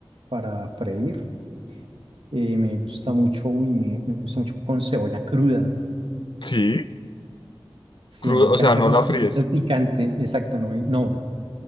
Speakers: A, on the right; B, on the left.
A: para freír. Eh, me gusta mucho, uy, me, me gusta mucho con cebolla cruda.
B: Sí,
A: Sí,
B: crudo,
A: a mí me encanta
B: o sea, no
A: con
B: la
A: cebolla,
B: fríes.
A: me gusta el picante, exacto, no, me- no.